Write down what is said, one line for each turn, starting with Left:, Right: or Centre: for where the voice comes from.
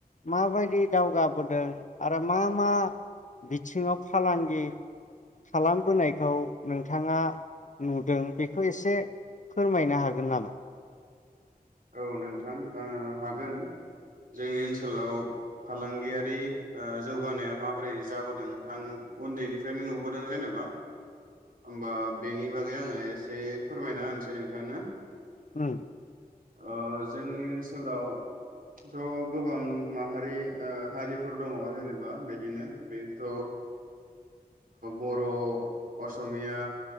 Left: माबायदि दावगाबोदों आरो मा मा बिथिङाव फालांगि खालामबोनाय? खौ नोंथाङा नुदों बेखौ एसे फोरमायनो हागोन नामा?
Right: औ नोंथां ओ हागोन। जोंनि ओनसोलाव। फालांगियारि ओ जौगानाया माबोरै जाबोदों आं उन्दैनिफ्रायनो नुबोदों जेनेबा। ओमबा बेनि बा गै आङो एसे फोरमायना होनसै नोंथांनो।
Left: उम
Right: ओ जोंनि ओनसोलावथ गोबां माहारि हारिफोर दङ जेनोबा बिदिनो बेथ बर असमिया